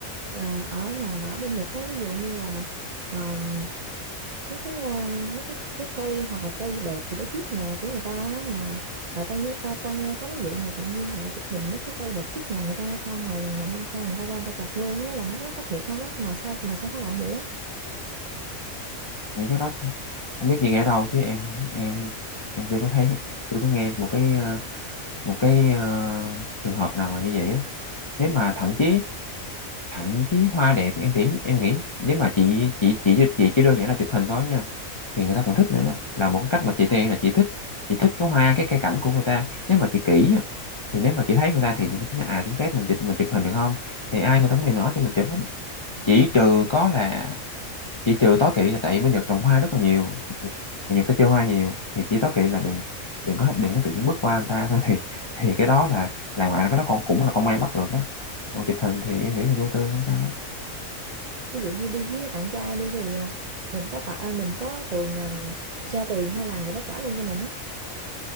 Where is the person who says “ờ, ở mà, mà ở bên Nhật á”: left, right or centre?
Right